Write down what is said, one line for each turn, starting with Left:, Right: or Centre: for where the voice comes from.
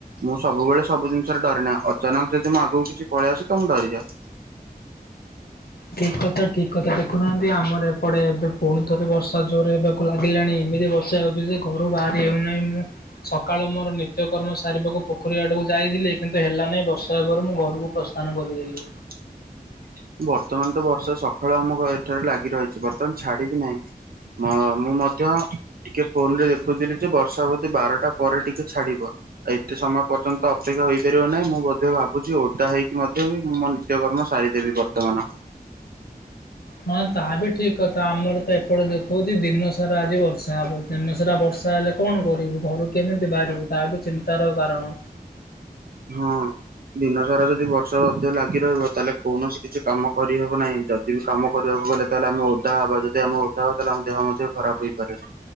Right: ମୁଁ ସବୁବେଳେ ସବୁ ଜିନିଷରେ ଡରେ ନା, ଅଚାନକ ଯଦି ମୁଁ ଆଗକୁ କିଛି ପଳେଇ ଆସେ, ତ ମୁଁ ଡରିଯାଏ।
Left: ଠିକ କଥା, ଠିକ କଥା, ଦେଖୁନାହାନ୍ତି ଆମର ଏପଟେ ଏବେ ପୁଣି ଥରେ ବର୍ଷା ଜୋରରେ ହେବା ଲାଗିଲାଣି ଏମିତି ବର୍ଷା ହଉଛି ଯେ ଘରୁ ବାହାରି ହେଉନାହିଁ ମୁଁ ସକାଳ ମୋର ନିତ୍ୟକର୍ମ ସାରିବାକୁ, ପୋଖରୀ ଆଡକୁ ଯାଇଥିଲି, କିନ୍ତୁ ହେଲା ନାହିଁ ବର୍ଷ ହେବାରୁ ମୁଁ ଘରକୁ ପ୍ରସ୍ଥାନ କରିଦେଲି।
Right: <inaudible> ବର୍ତମାନ ତ ବର୍ଷା ସକାଳୁ ଆମ ଏଠାରେ ଲାଗି ରହିଛି, ବର୍ତ୍ତମାନ ଛାଡି ବିି ନାହିଁ। ମୁଁ ମଧ୍ୟ ଟିକେ ଫୋନ ରେ ଦେଖୁଥିଲି ଯେ, ବର୍ଷା ବୋଧେ ବାରଟା ପରେ ଟିକେ ଛାଡିବ। ଆଉ ଏତେ ସମୟ ପର୍ଯ୍ୟନ୍ତ ଅପେକ୍ଷା ହେଇପାରିବ ନାହିଁ ମୁଁ ବୋଧେ ଭାବୁଛି ଓଦା ହେଇକି ମଧ୍ୟ ମୁଁ ମ ନିତ୍ୟ କର୍ମ ସାରିଦେବି ବର୍ତ୍ତମାନ।
Left: ହଁ ତାହା ବି ଠିକ କଥା ଆମର ତ ଏପଟେ ଦେଖଉଛି ଦିନସାରା ଆଜି ବର୍ଷା ହେବ ଦିନ ସାରା ବର୍ଷା ହେଲେ କଣ କରିବୁ ଘରେ କେମିତି ବାହାରି ତା ବି ଚିନ୍ତାର କାରଣ।
Right: ହଁ। ଦିନ ସାରା ଯଦି ବର୍ଷା ମଧ୍ୟ ଲାଗି ରହିବ ତାହେଲେ କୌଣସି କିଛି କାମ କରିହବ ନାହିଁ ଯଦି ଯଦି କାମ କରିବାକୁ ଗଲେ ତାହେଲେ ଆମେ ଓଦା ହବା, ଯଦି ଆମେ ଓଦା ହବ ତାହେଲେ ଆମ ଦେହ ମଧ୍ୟ ଖରାପ ହେଇପାରେ।